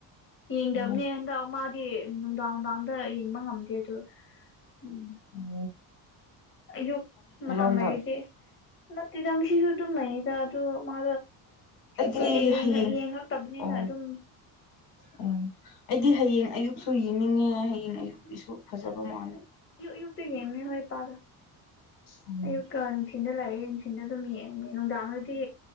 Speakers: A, on the left; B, on the left.
A: ꯌꯦꯡꯗꯕꯅꯦ
B: ꯑꯣ
A: ꯍꯟꯗꯛ ꯃꯥꯒꯤ ꯅꯨꯡꯗꯥꯡ ꯅꯨꯡꯗꯥꯡꯗ ꯌꯦꯡꯕ ꯉꯝꯗꯦ ꯑꯗꯨ ꯎꯝ
B: ꯑꯣꯝ
A: ꯑꯌꯨꯛ ꯃꯇꯝ
B: ꯍꯟꯗꯛ
A: ꯍꯥꯏꯁꯦ ꯅꯠꯇꯦꯗꯝꯁꯤꯁꯨ ꯑꯗꯨꯝ ꯂꯩꯗ ꯑꯗꯨ ꯃꯥ
B: ꯑꯩꯗꯤ
A: ꯀꯨꯏꯅ
B: ꯍꯌꯦꯡ
A: ꯌꯦꯡꯉꯛꯇꯕꯅꯤꯅ
B: ꯑꯣ
A: ꯑꯗꯨꯝ
B: ꯑꯣ ꯑꯩꯗꯤ ꯍꯌꯦꯡ ꯑꯌꯨꯛꯁꯨ ꯌꯦꯡꯅꯤꯡꯉꯦ ꯍꯌꯦꯡ ꯑꯌꯨꯛꯀꯤꯁꯨ ꯐꯖꯕ ꯃꯥꯜꯂꯦ
A: ꯏꯨꯛꯇ ꯦꯦꯝꯅꯤ ꯑꯣꯏꯌꯦ ꯄꯥꯒ
B: ꯎꯝ
A: ꯑꯩ ꯀꯥꯟ ꯆꯤꯟꯅ ꯂꯥꯏ ꯊꯤꯟꯗ ꯑꯗꯨꯝ ꯌꯦꯡꯉ ꯅꯨꯡꯗꯥꯡꯗꯗꯤ